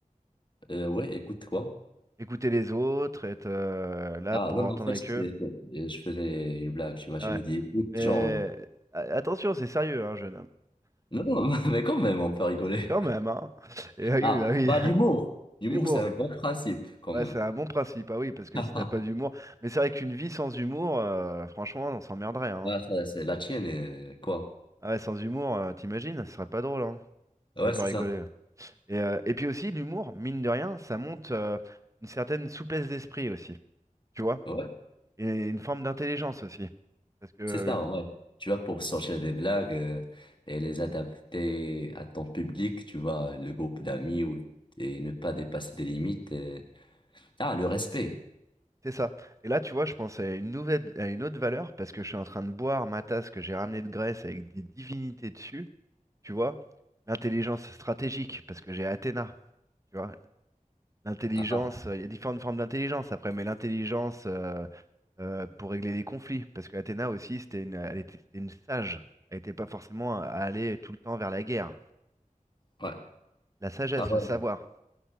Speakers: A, on the left; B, on the right.
A: Euh, ouais, écoute, quoi?
B: écouter les autres, être euh, là
A: Ah,
B: pour
A: non,
B: entendre
A: mais en fait,
B: avec
A: c'était-
B: eux.
A: euh, je faisais une blague, tu vois,
B: Ah
A: je me
B: Ouais.
A: dis, écoute,
B: Mais
A: genre,
B: a- attention, c'est sérieux, hein, jeune homme.
A: non, non, <laughs> mais quand même, on peut rigoler.
B: Quand même, hein. Et
A: Ah,
B: oui, bah oui.
A: bah,
B: <laughs>
A: l'humour. L'humour,
B: Humour.
A: c'est un bon principe, comme.
B: Ouais, c'est un bon principe, ah oui, parce que
A: <laughs>
B: si t'as pas d'humour. Mais c'est vrai qu'une vie sans humour, euh, franchement, on s'emmerderait, hein.
A: Ah, ça, c'est la tienne, euh, quoi.
B: Ah ouais, sans humour, euh, t'imagines, ce serait pas drôle, hein.
A: Ouais,
B: Tu veux pas
A: c'est
B: rigoler.
A: ça.
B: Et, euh, et puis aussi, l'humour, mine de rien, ça monte euh, une certaine souplesse d'esprit aussi, tu vois,
A: Ouais,
B: et une forme d'intelligence aussi. Parce que euh,
A: c'est ça, ouais. Tu vois, pour sortir des blagues euh, et les adapter à ton public, tu vois, le groupe d'amis ou- et ne pas dépasser des limites. euh. Ah, le respect.
B: c'est ça. Et là, tu vois, je pense à une nouvelle, à une autre valeur, parce que je suis en train de boire ma tasse que j'ai ramenée de Grèce avec des divinités dessus, tu vois, l'intelligence stratégique, parce que j'ai Athéna, tu vois, L'intelligence,
A: Ah,
B: euh, il y a différentes formes d'intelligence après, mais l'intelligence euh, euh, pour régler les conflits, parce que Athéna aussi, c'était une, elle était, c'était une sage. Elle n'était pas forcément à aller tout le temps vers la guerre.
A: ouais.
B: La sagesse,
A: Ah, ouais.
B: le savoir.